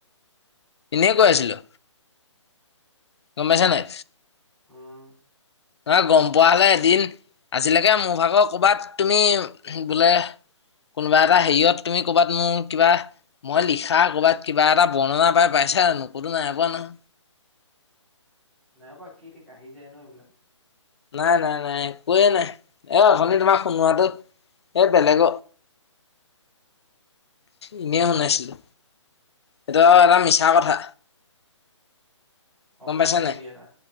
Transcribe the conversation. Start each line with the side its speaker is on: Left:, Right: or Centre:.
Left: এনে কৈ আছিলো গম পাইছা নাই
Centre: উম
Left: নাহ গম পোৱা হলে এদিন আজিলৈকে মোৰ ভাগৰ ক'ৰবাত তুমি বোলে কোনোবা এটা হেৰিয়ত তুমি কৰ'বাত মোৰ কিবা মই লিখা ক'বাত কিবা এটা বৰ্ণনা পাই পাইছ যানো ক'তো নাই পোৱা নহয়।
Centre: নাই পোৱা কি ঠিক আহি যায় ন এইবিলাক।
Left: নাই নাই নাই একোৱে নাই এই অথনি তোমাক শুনোৱাটো এই বেলেগ
Centre: <inaudible>
Left: এনেই শুনাইছিলো। সেইট এটা মিছা কথা। গম
Centre: অসত্য
Left: পাইছা নাই
Centre: নেকি এটা,